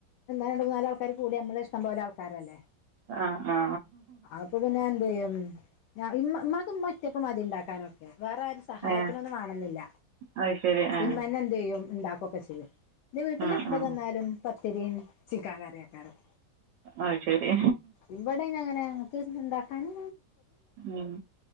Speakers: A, on the left (about 75°); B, on the right (about 80°).
A: രണ്ടുമുന്നാൽ കൂടി നമ്മള് ഇഷ്ടം പോലെ ആൾക്കാരല്ലേ
B: ആ ആ
A: ഇപ്പ പിന്നെ എന്തു ചെയ്യു ഇമ്മാക് മറ്റക്കെ മതി ഉണ്ടാക്കാനൊക്കെ വേറെ ആരു സഹായത്തിനൊന്നും
B: ഏ
A: വേണംന്നില്ല
B: അത് ശരി ഏ
A: മ്മന്നെ എന്ത് ചെയ്യും ഉണ്ടാക്കുകൊക്കെ ചെയ്യും എന്റെ വീട്ടില
B: ആ
A: എപ്പ
B: ആ
A: ചെന്നാലും പത്തിരിയും ചിക്കൻ കറിയാക്കാരം
B: ആത് ശരി
A: ഇവിടെന അങ്ങനെ അങ്ങക്ക് ഉണ്ടാക്കാനൻ
B: ഉം